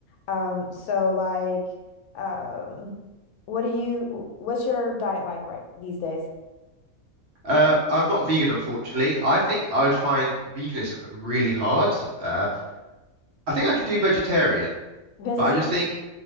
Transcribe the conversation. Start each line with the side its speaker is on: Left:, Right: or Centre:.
Left: Um, so like, um, what do you, what's your diet like right these days?
Right: uh, I'm not vegan, unfortunately. I think I would find veganism really hard. Uh, I think I could do vegetarian,
Left: Vegetarian?
Right: but I just think